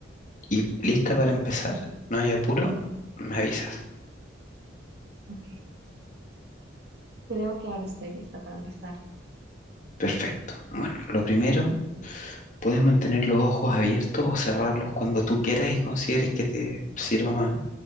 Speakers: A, on the left (about 40°); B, on the right (about 55°).
A: y lista para empezar, no hay apuro, me avisas.
B: Ok, creo que ahora estoy lista para empezar.
A: Perfecto. Bueno, lo primero, puedes mantener los ojos abiertos o cerrarlos cuando tú quieras y consideres que te sirva más.